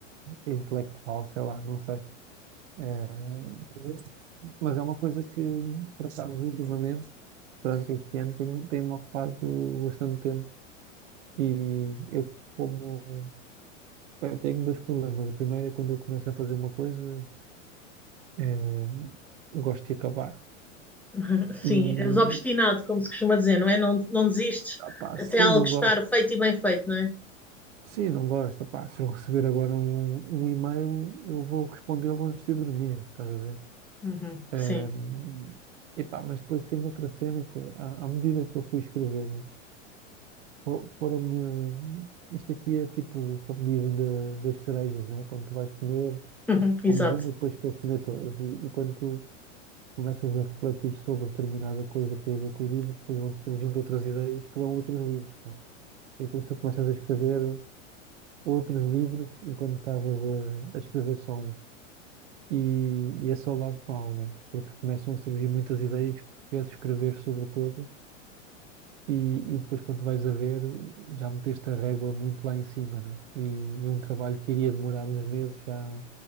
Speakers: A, on the right (about 70°); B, in the centre.
A: intelectual, sei lá, não sei. Eh, mas é uma coisa que, por acaso, ultimamente, durante este ano, tem- tem-me ocupado bastante tempo e eu como... Bem, Eu tenho dois problemas. O primeiro é quando eu começo a fazer uma coisa, eh, gosto de acabar.
B: <laughs>
A: E,
B: Sim, és obstinado, como se costuma dizer, não é? Não, não desistes
A: Ah, pá,
B: até
A: se
B: algo
A: não
B: estar
A: gosto,
B: feito e bem feito, não é?
A: se não gosto, pá, se eu receber agora um, um e-mail, eu vou respondê-lo antes de dormir, estás a ver?
B: Uhum.
A: Ahm,
B: Sim,
A: epá, mas depois tem outra cena que, é, à, à medida que eu fui escrevendo, fo- foram-me. Isto aqui é tipo, como dizem, da- das cerejas, né? Quando tu vais comer,
B: <laughs> Exato.
A: comes uma e depois queres comer todas. E, e quando tu começas a refletir sobre determinada coisa que tem a ver com o livro, depois vão-te surgindo outras ideias que dão outros livros. não é? E depois tu começas a escrever. outros livros enquanto estava a, a escrever solo. E, e esse é o lado mau, né? Porque começam a surgir muitas ideias que queres escrever sobre todas e, e depois quando vais a ver já meteste a régua muito lá em cima, né? E, e é um trabalho que iria demorar uns meses já,